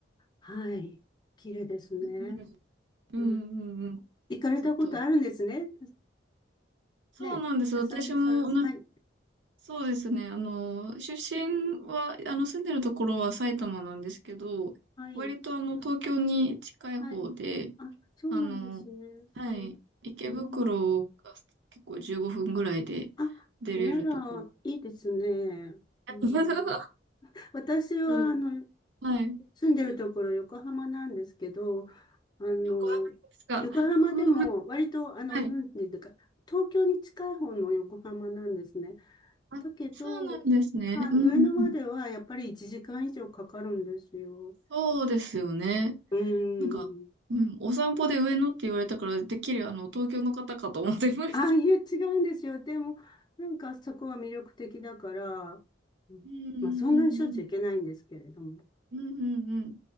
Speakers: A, on the left; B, on the right.
A: はい、綺麗ですね。
B: うん、うん、
A: は
B: うん。うん
A: い、行かれたことあるんですね。
B: ちょっと、そうなんですよ。
A: ね、あさみさん。
B: 私も
A: はい、
B: そうですね。あの、出身は、あの、住んでるところは埼玉なんですけど、
A: はい、
B: 割とあの、東京に近い方で、
A: はい。あ、そうなんですね。
B: あの、はい、
A: はい
B: 池袋が結構15分ぐらいで
A: うんあ、
B: 出れるところ。
A: なら、いいですね。
B: <laughs>
A: うん私は、
B: そう。
A: あの、
B: <laughs> はい。
A: 住んでるところ横浜なんですけど、あの、
B: 横浜ですか。
A: 横浜でも割と、
B: <laughs> うんうんうん
A: あの、
B: はい。
A: なんていうか、東京に近い方の横浜なんですね。
B: あ、
A: だけど、
B: そうなんですね。
A: まあ、
B: うんうん。
A: 上野まではやっぱり1時間以上かかるんですよ。
B: そうですよね。
A: うーん。
B: なんか、うん、お散歩で上野って言われたから、てっきりあの、東京の方かと思ってました。
A: ああ、いや、違うんですよ。でも、なんかそこは魅力的だから、うんまあ、
B: うんうんうんうん。
A: そんなにしょっちゅう行けないんですけれども。
B: うんうんうん。